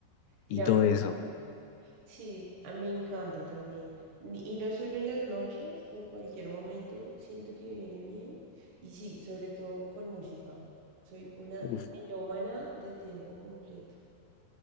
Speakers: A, on the left (about 85°); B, on the right (about 60°).
A: y
B: gran
A: todo
B: plan.
A: eso.
B: Sí, a- me encanta también. Ni- Y no solo en las noches, en cualquier momento siento que viene bien. Y sí, sobre todo con música. Soy una
A: Uf,
B: melómana de tiempo completo.